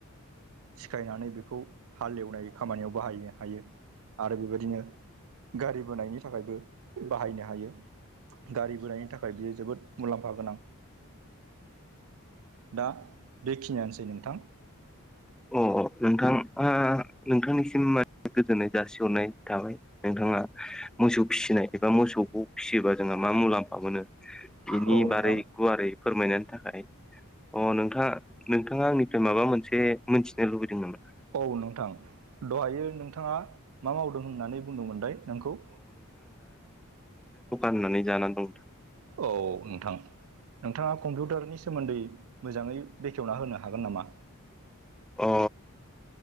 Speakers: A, on the right; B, in the centre.
A: सिखायनानै बेखौ हालेवनाय खामानियाव बाहायनो हायो आरो बेबायदिनो गारि बोनायनि थाखायबो बाहायनो हायो। गारि बोरायनि थाखाय बियो जोबोद मुलाम्फा गोनां दा बेखिनियानोसै नोंथां।
B: अ नोंथां ओ नोंथांनिसिम, गोजोननाय जासिहरनाय थाबाय नोंथाङा मोसौ फिसिनाय एबा मोसौखौ फिसियोबा जोंहा मा मुलाम्फा मोनो बिनि
A: औ
B: बारै
A: नोंथां
B: गुवारै फोरमायनायनि थाखाय अ नोंथाङा आंनिफ्राय माबा मोनसे मोनथिनो लुबैदों नामा
A: औ नोंथां दहायो नोंथाङा मा मावदों होननानै बुंदोंमोन लाय नोंखौ
B: <unintelligible> जाना दं
A: औ नोंथां, नोंथाङा कम्पिउटारनि सोमोन्दै मोजाङै बेखेवना होनो हागोन नामा?
B: अ